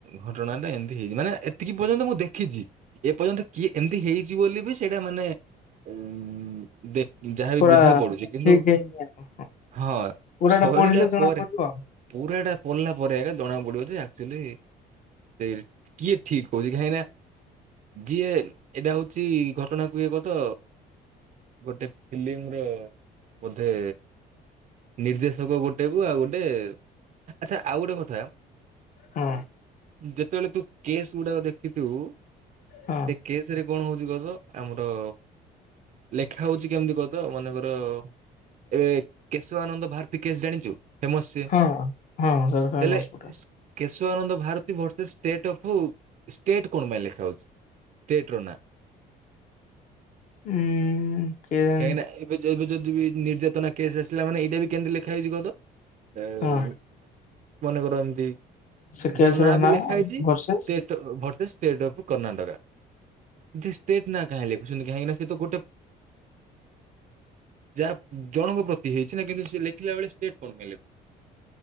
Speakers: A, on the right; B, on the left.
A: ଘଟଣା ଟା ଏମିତି ହେଇଛି, ମାନେ ଏତିକି ପର୍ଯ୍ୟନ୍ତ ମୁଁ ଦେଖିଚି। ଏ ପର୍ଯ୍ୟନ୍ତ କିଏ ଏମିତି ହେଇଛି ବୋଲି ବି ସେଇଟା ମାନେ, ଉ ଦେଖ, ଯାହାବି
B: ପୁରା
A: ବୁଝା ପଡୁଚି, କିନ୍ତୁ
B: ଠିକ ହେଇନି ଆଉ
A: ହଁ
B: ପୁରାଟା
A: ସରିଲା
B: ପଢିଲେ ଜଣା
A: ପରେ
B: ପଡିବ ଆଉ
A: ପୁରାଟା ପରଲା ପରେ ଆକା ଜଣା ପଡ଼ିବ ଯେ ଆ ଝିଲି ଯେ କିଏ ଠିକ୍ କହୁଚି କାହିଁକି ନା ଯିଏ ଏଟା ହଉଚି ଘଟଣାକୁ ଏ କ ତ ଗୋଟେ ଫିଲ୍ମର ବୋଧେ ନିର୍ଦ୍ଦେଶକ ଗୋଟେକୁ ଆଉ ଗୋଟେ ଆଚ୍ଛା ଆଉ ଗୋଟେ କଥା।
B: ହଁ।
A: ଯେତେଳେ ତୁ କେସ୍ ଗୁଡ଼ାକ ଦେଖିଥିବୁ ସେ
B: ହଁ
A: କେସ୍ ରେ କଣ ହଉଚି କ ତ ଆମର ଲେଖା ହଉଚି କେମିତି କହ ତ ମନେକର ଏବେ କେଶବାନନ୍ଦ ଭାରତୀ କେସ୍ ଜାଣିଚୁ ଫେମସ୍ ସିଏ
B: ହଁ ହଁ ସେଇଟା ଫେମସ
A: ହେଲେ
B: ପୁରା
A: Kesavananda Bharati versus state of state କଣ ପାଇଁ ଲେଖା ହଉଚି? ଟେଟ ର ନା।
B: ଉଁ କେଜାଣି
A: କାହିଁକି ନାଁ ଏବେ ଯରୁ ଯଦି ବି ନିର୍ଯାତନା କେସ୍ ଆସ୍ ଥିଲା ମାନେ ଏଇଟା ବି କେମିତି ଲେଖା ହେଇଚି କହ ତ ଏ
B: ହଁ
A: ମନେକର ଏମତି
B: ସେ କେସ
A: ଯାହା ନାଁ
B: ର
A: ବି ଲେଖା ହେଇଚି
B: ଭରସେସ୍
A: ତେ ତ ଭର୍ସେସ୍ ଷ୍ଟେଟ୍ ଅଫ୍ କର୍ଣ୍ଣାଟକା ଯେ ଷ୍ଟେଟ୍ ନାଁ କାହିଁ ଲେ ଉଛନ୍ତି କାହିଁକି ନା ସେ ତ ଗୋଟେ ଯାହା ଜଣଙ୍କ ପ୍ର ହେଇଛି ନା କିନ୍ତୁ ଲେଖିଲା ବେଳେ ଷ୍ଟେଟ କଣ ପାଇଁ ଲେ